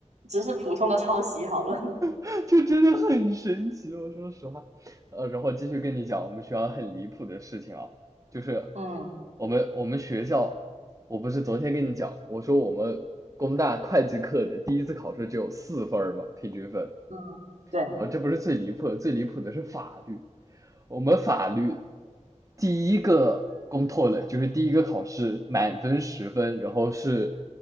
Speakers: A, on the right (about 70°); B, on the right (about 25°).
A: 只是普通的抄袭好了，
B: <laughs> 就真的很神奇，我说实话。呃，然后继续跟你讲我们学校很离谱的事情啊，就是
A: <laughs> 嗯
B: 我们我们学校，我不是昨天跟你讲，我说我们工大会计课的第一次考试只有四分儿嘛，平均分。
A: 嗯，对，
B: 啊，这不是最离谱的，最离谱的是法律。我们法律第一个公透了，就是第一个考试满分十分，然后是